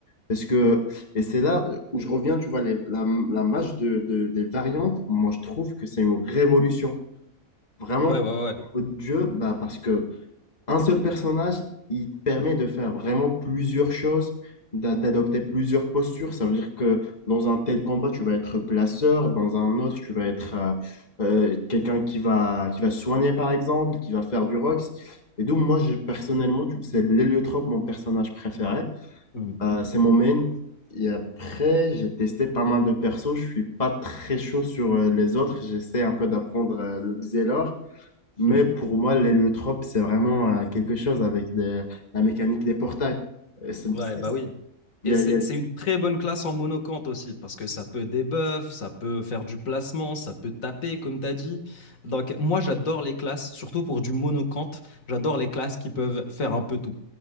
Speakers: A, on the left; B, on the left.
A: Parce que, et c'est là où je reviens, tu vois, les- la, la match de, de- des variantes, moi je trouve que c'est une révolution. Vraiment,
B: Ouais, ouais, ouais.
A: au niveau du jeu, bah, parce que un seul personnage, il te permet de faire vraiment plusieurs choses, d'a- d'adopter plusieurs postures. Ça veut dire que dans un tel combat, tu vas être placeur, dans un autre, tu vas être euh, euh, quelqu'un qui va, qui va soigner, par exemple, qui va faire du rox. Et donc, moi, j'ai- personnellement, tu- c'est l'héliotrope, mon personnage préféré.
B: Mm.
A: Euh, c'est mon main. Et après, j'ai testé pas mal de persos. Je suis pas très chaud sur euh, les autres. J'essaie un peu d'apprendre euh, le Xelor. Mais
B: Mm.
A: pour moi, l'héliotrope, c'est vraiment euh, quelque chose avec des- la mécanique des portails. Euh, c'est-
B: Ouais,
A: c'est-
B: bah oui.
A: il
B: Et
A: y a-
B: c'est
A: il y a-
B: c'est une très bonne classe en monocante aussi, parce que ça peut débuff, ça peut faire du placement, ça peut taper, comme tu as dit. Donc, moi, j'adore les classes, surtout pour du monocante, j'adore les classes qui peuvent faire un peu tout.